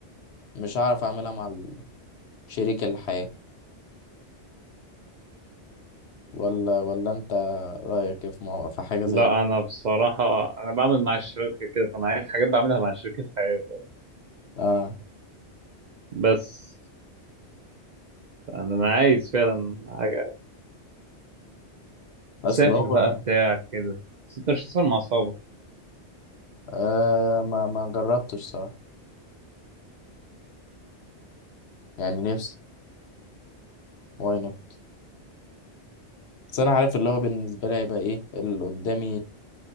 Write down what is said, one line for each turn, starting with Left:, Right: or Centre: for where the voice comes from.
Left: مش هعرف اعملها مع ال- شريك الحياة ولا ولا انت رايك إيه في مو- في حاجه زي
Right: لا
Left: كده
Right: أنا بصراحة أنا بعمل مع الشركة كده فأنا عايز حاجات بعملها مع الشركة في حياتي
Left: اه
Right: بس أنا أنا عايز فعلا حاجة
Left: اصل
Right: سافر
Left: هو
Right: بقى بتاع كده بس أنت مش هتسافر مع أصحابك
Left: آه ما ما جربتش صراحه يعني نفسي واي نوت بس انا عارف اللي هو بالنسبه لي هيبقى ايه اللي قدامي